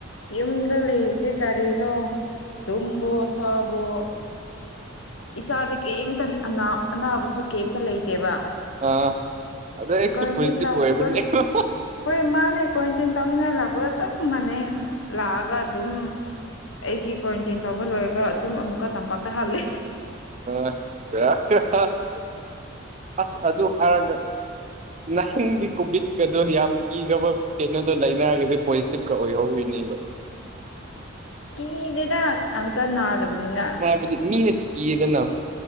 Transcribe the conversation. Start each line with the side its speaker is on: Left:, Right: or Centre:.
Left: ꯌꯨꯝꯗ ꯂꯩꯕꯁꯦ ꯀꯔꯤꯅꯣ ꯇꯨꯝꯕꯑꯣ ꯆꯥꯕꯑꯣ ꯏꯁꯥꯗꯤ ꯀꯩꯝꯇ ꯑꯅꯥꯕꯁꯨ ꯀꯩꯝꯇ ꯂꯩꯇꯦꯕ
Right: ꯑ ꯑꯗꯥ
Left: ꯑꯁ
Right: ꯍꯦꯛꯇ
Left: ꯀ꯭ꯋꯥꯔꯦꯟꯇꯤꯟ
Right: ꯄꯣꯏꯖꯇꯤꯚ
Left: ꯇꯧꯕ
Right: ꯑꯣꯏꯕꯅꯦꯕ
Left: ꯍꯣꯏ ꯃꯥꯅꯦ ꯀ꯭ꯋꯥꯔꯦꯟꯇꯤꯟ ꯇꯧꯅꯤꯡꯉꯥꯏ ꯂꯥꯛꯄꯒ ꯆꯞ ꯃꯥꯟꯅꯩ ꯂꯥꯛꯑꯒ ꯑꯗꯨꯝ ꯑꯩꯒꯤ ꯀ꯭ꯋꯥꯔꯦꯟꯇꯤꯟ ꯇꯧꯕ ꯂꯣꯏꯔꯒ ꯑꯗꯨꯝ ꯑꯃꯨꯛꯀ ꯇꯝꯄꯥꯛꯇ ꯍꯥꯜꯂꯦ
Right: ꯑꯁ ꯍꯥ ꯍꯥ <unintelligible> ꯑꯁ ꯑꯗꯨ ꯍꯥꯏꯔꯒ ꯅꯪꯗꯤ ꯀꯣꯚꯤꯠꯀꯗꯣ ꯌꯥꯝ ꯀꯤꯈ꯭ꯔꯕ ꯀꯩꯅꯣꯗꯣ ꯂꯩꯅꯒꯁꯨ ꯄꯣꯖꯤꯇꯤꯞꯀ ꯑꯣꯏꯍꯧꯔꯤꯅꯦꯕ
Left: ꯀꯤꯗꯦꯗ ꯑꯝꯇ ꯅꯥꯗꯕꯅꯤꯅ
Right: ꯍꯥꯏꯗꯤ ꯃꯤꯅ ꯀꯤꯌꯦꯗꯅ